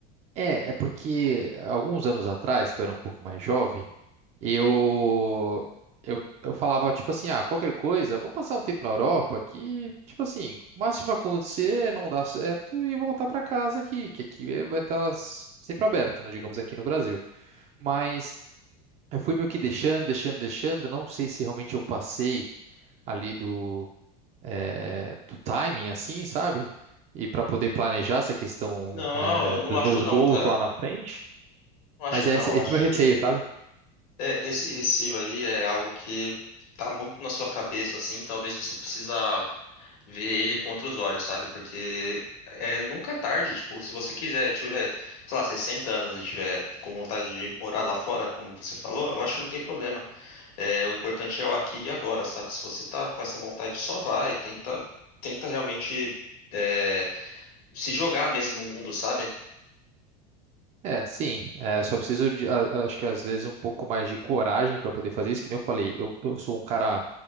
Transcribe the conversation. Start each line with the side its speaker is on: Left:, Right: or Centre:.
Right: É, é porque alguns anos atrás, que eu era um pouco mais jovem, eu, eu, eu falava, tipo assim, ah, qualquer coisa, vou passar um tempo na Europa que, tipo assim, o máximo que vai acontecer é não dar certo e voltar para casa aqui, que aqui eh, vai estar sempre aberto, né, digamos, aqui no Brasil. Mas eu fui meio que deixando, deixando, deixando, não sei se realmente eu passei ali do, eh, do timing, assim, sabe? E para poder planejar essa questão,
Left: Não,
Right: eh,
Left: eu não
Right: dos
Left: acho
Right: meus
Left: não,
Right: goals
Left: cara.
Right: lá na frente.
Left: Não acho
Right: Mas esse,
Left: não.
Right: esse
Left: Eu acho
Right: é o meu receio,
Left: que
Right: sabe?
Left: é- esse receio aí é algo que tá muito na sua cabeça, assim. Talvez você precisa ver ele contra os olhos, sabe? Porque é, nunca é tarde, tipo, se você quiser, tiver, sei lá, 60 anos e tiver com vontade de morar lá fora, como você falou, eu acho que não tem problema. É, o importante é o aqui e agora, sabe? Se você tá com essa vontade, só vai, tenta, tenta realmente é, se jogar mesmo no mundo, sabe?
Right: É, sim. É, só preciso de, a- a- acho que às vezes um pouco mais de coragem para poder fazer isso. Que nem eu falei, eu, eu sou um cara